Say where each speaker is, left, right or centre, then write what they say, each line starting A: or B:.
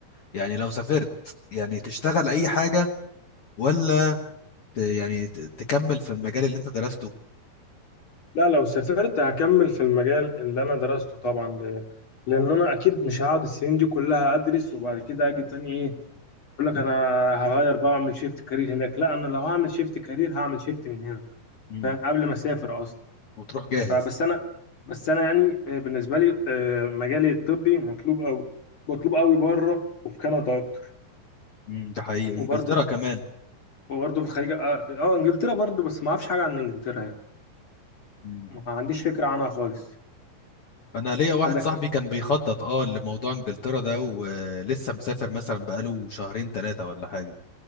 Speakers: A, on the left; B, on the left.
A: يعني لو سافرت يعني تشتغل أي حاجة ولا ت- يعني ت- تكمل في المجال اللي أنت درسته
B: لا لو سافرت هكمل في المجال اللي انا درسته طبعا ل... لان انا اكيد مش هقعد السنين دي كلها ادرس وبعد كده اجي تاني ايه اقول لك انا هغير بقى واعمل شيفت كارير هناك لا انا لو هعمل شيفت كارير هعمل شيفت من هنا
A: امم
B: فاهم قبل ما اسافر اصلا
A: وتروح جاهز
B: فبس انا بس انا يعني آه، بالنسبه لي آه، مجالي الطبي مطلوب قوي مطلوب قوي بره وفي كندا اكتر
A: امم ده حقيقي وإنجلترا
B: وبرضه في
A: كمان
B: وبرضه في الخليج اه آه، انجلترا برضه بس ما اعرفش حاجه عن انجلترا يعني
A: امم
B: ما عنديش فكره عنها خالص
A: أنا ليا واحد
B: عندك
A: صاحبي
B: فكره
A: كان بيخطط اه لموضوع إنجلترا ده ولسه مسافر مثلا بقاله شهرين ثلاثة ولا حاجة